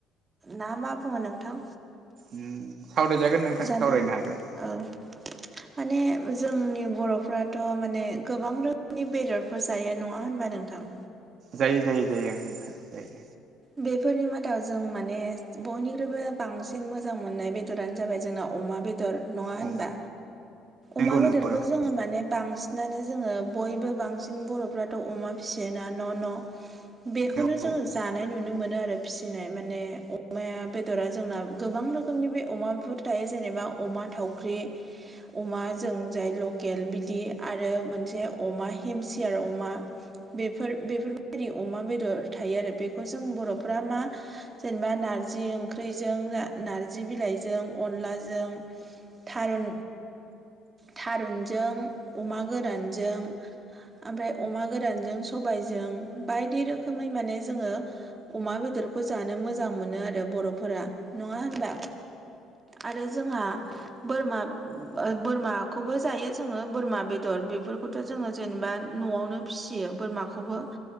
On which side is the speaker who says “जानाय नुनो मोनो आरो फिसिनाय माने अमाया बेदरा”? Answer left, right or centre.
Right